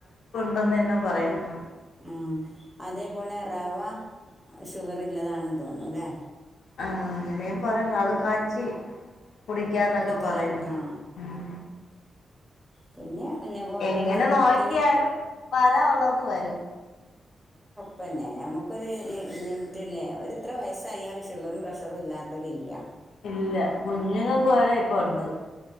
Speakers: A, on the left (about 90°); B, in the centre.
A: ണ്ടന്നെ പറയുന്നു
B: ആ അതേപോലെ റവ ഷുഗർല്ലതാണന്ന് തോന്നും ല്ലേ
A: ആഹ് അങ്ങനേം പറയാം ഇന്നാള് കാച്ചി. കുടിക്കാം ന്നെക്കെ
B: കുടിക്കല
A: പറയുന്നു
B: ആ
A: ഉം
B: പിന്നെ പിന്നെ ഗോതമ്പ്
A: എങ്ങനെ
B: നുറുക്ക്
A: നോയ്ക്കിയാലും വരാള്ളത് വരും.
B: പിന്നേ നമുക്കൊരു ലി ലിമിറ്റില്ലേ. ഒരു ഇത്രെ വയസ്സായാല് ഷുഗറും പ്രഷറും ഇല്ലാ ത്തൊലില്ല്യ.
A: ഇല്ല കുഞ്ഞുങ്ങക്ക് വരെ ഇപ്പൊ ഉണ്ട്